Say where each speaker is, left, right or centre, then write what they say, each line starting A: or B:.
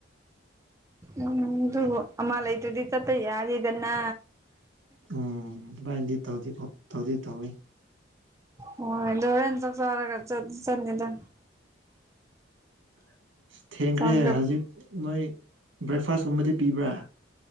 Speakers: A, on the right; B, on the right.
A: ꯎꯝ ꯗꯨꯕꯨ ꯑꯃꯥ ꯂꯩꯇ꯭ꯔꯥꯗꯤ ꯆꯠꯄ ꯌꯥꯗꯦꯗꯅ
B: ꯎꯝ ꯑꯗꯨꯃꯥꯏꯅꯗꯤ ꯇꯧꯗꯤ ꯑꯣ ꯇꯧꯗꯤ ꯇꯧꯋꯦ
A: ꯍꯣꯏ ꯗꯣ ꯍꯣꯔꯦꯟ ꯆꯥꯛ ꯆꯔꯥꯒ ꯆꯠ ꯆꯠꯅꯤꯗ
B: <inaudible> ꯊꯦꯡꯈ꯭ꯔꯦ
A: ꯆꯥꯛꯇꯣ
B: ꯍꯧꯖꯤꯛ ꯅꯣꯏ ꯕ꯭ꯔꯦꯛꯐꯥꯁꯀꯨꯝꯕꯗꯤ ꯄꯤꯕ꯭ꯔꯥ